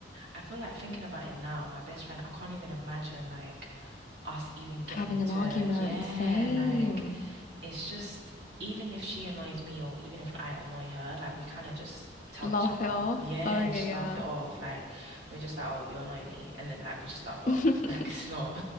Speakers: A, on the right; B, on the left.
A: I feel like thinking about it now, my best friend, I can't even imagine like us even getting
B: Having
A: into
B: an argument.
A: a yeah,
B: Same.
A: like it's just even if she annoys me or even if I annoy her, like we kind of just tell
B: Laugh
A: each other,
B: it off.
A: yeah,
B: Oh, okay,
A: and just
B: yeah.
A: laugh it off. Like we're just like, oh, you're annoying me, and then like we just laugh it off.
B: <laughs>
A: <laughs> Like it's not,